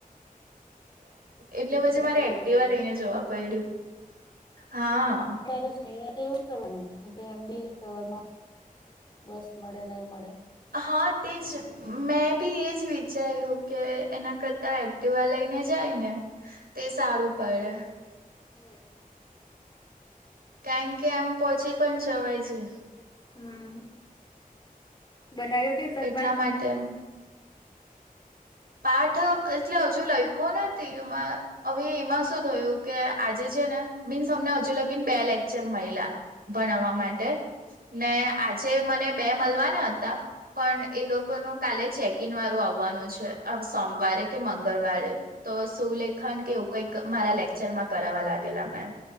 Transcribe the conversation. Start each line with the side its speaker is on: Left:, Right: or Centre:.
Right: એટલે પછી
Left: પણ
Right: મારે એક્ટિવા લઈને જોવા પડ્યું હા.
Left: સ તો એવું જ કરવાનુંમ કે એમ બી સવારમાં બસ મળે નહી મળે?
Right: હા તે જ મેં બી એજ વિચાર્યું કે એના કરતા એક્ટિવા લઈને જાય ને? તે સારું પડે.
Left: હમ
Right: કારણ કે એમ પોહોંચી પણ જવાય છે.
Left: હમ બનાવ્યો કે એકાદ
Right: એટલા
Left: પાઠ
Right: માટે એમ પાઠ એટલે હજુ લખો નથી એમાં હવે એમાં શું થયું કે? આજે છે ને મીનસ મને હજુ લગીને બે લેક્ચર મળલા ભણાવવા માટે, ને આજે મને બે મળલવાના હતા. પણ એ લોકોનું કાલે ચેકિન વાળું આવવાનું છે સોમવારે કે મંગળવારે તો સુું લેખન કે એવું કઈક મારા લેક્ચર માં કરાવવા લાગેલા મેમ